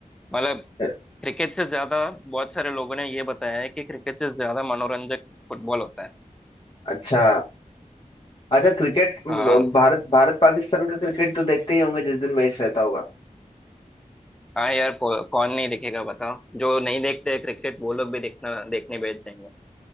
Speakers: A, in the centre; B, on the left.
A: मतलब
B: है
A: क्रिकेट से ज्यादा बहुत सारे लोगों ने ये बताया है कि क्रिकेट से ज्यादा मनोरंजक फुटबॉल होता है
B: अच्छा अच्छा क्रिकेट म,
A: हाँ
B: भारत भारत पाकिस्तान का क्रिकेट तो देखते ही होंगे जिस दिन मैच रहता होगा
A: हाँ यार कौ, कौन नहीं देखेगा बताओ जो नहीं देखते क्रिकेट वो लोग भी देखना देखने बैठ जाएंगे